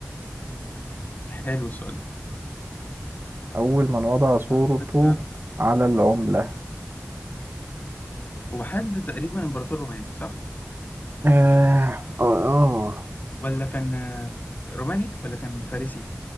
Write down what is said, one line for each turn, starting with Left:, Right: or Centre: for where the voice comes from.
Left: حلو السؤال ده
Right: أول من وضع صورته
Left: أنا على فكرة
Right: على العملة
Left: هو حد تقريبا إمبراطور روماني صح
Right: اه اه آه.
Left: ولا كان آه، روماني ولا كان فارسي